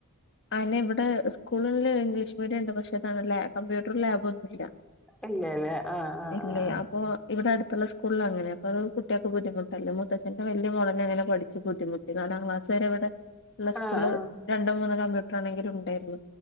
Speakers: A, on the left (about 55°); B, in the centre.
A: ആയിന ഇവിടെ സ്കൂളില് ഇംഗ്ലീഷ് മീഡിയം ഉണ്ട് പക്ഷെ അതാണ് കമ്പ്യൂട്ടർ ലാബ്ൊന്നുമല്ല
B: ഇല്ലല്ലേ ആഹ് ആഹ്
A: പില്ല
B: ആഹ്
A: അപ്പൊ ഇവിടെ അടുത്ത് അത്തുള്ള സ്കൂള അങ്ങനെ അൊ ഒരു കുട്ടികൾക്ക് ബുദ്ധിുട്ടല്ല മുത്തച്ഛന്റെ വല മോളനെങ്ങനെ പഠിച്ച് ബുദ്ധിമുട്ടി നാലാം ക്ലാസ് വരെ ഇവിടെ ഉള്ള സ്കൂള്
B: ആഹ് ആഹ്
A: രണ്ടോ മൂന്നോ കമ്പ്യൂട്ടർ ആണെങ്കിലും ഉണ്ടായിരുന്നു